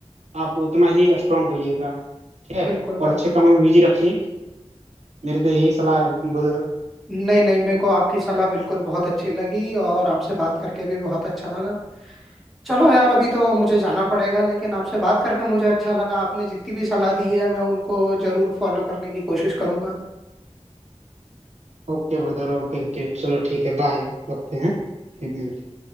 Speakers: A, on the right; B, in the centre.
A: आप उतना ही स्ट्रांग होइएगा ठीक है
B: बिल्कुल
A: और
B: बिल्कुल
A: अच्छे कामों में बिजी रखिए मेरी तो यही सलाह है brother
B: नहीं नहीं मेरे को आपकी सलाह बिल्कुल बहुत अच्छी लगी और आपसे बात करके भी बहुत अच्छा लगा चलो यार अभी तो मुझे जाना पड़ेगा लेकिन आपसे बात करके मुझे अच्छा लगा आपने जितनी भी सलाह दी है मैं उनको जरूर फॉलो करने की कोशिश करूंगा
A: Okay brother okay okay चलो ठीक है बाय रखते हैं फिर मिलते हैं